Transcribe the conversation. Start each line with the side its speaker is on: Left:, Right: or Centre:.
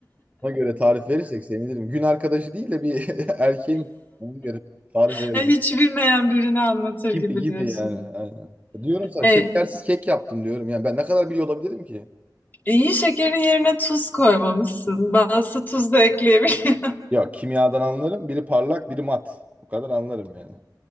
Right: Ona göre tarif verirsek sevinirim. Gün arkadaşı değil de bir <laughs> erkeğim. Ona göre tarif
Left: <laughs>
Right: verelim.
Left: Hiç bilmeyen birini anlatır gibi
Right: Gibi gibi
Left: diyorsun.
Right: yani. Aynen. Diyorum sana
Left: Ee,
Right: şekersiz kek yaptım diyorum. Yani ben ne kadar biliyor olabilirim ki?
Left: iyi şekerin yerine tuz koymamışsın. Bazısı tuz da ekleyebilir.
Right: Ya kimyadan anlarım. Biri parlak, biri mat. O kadar anlarım yani.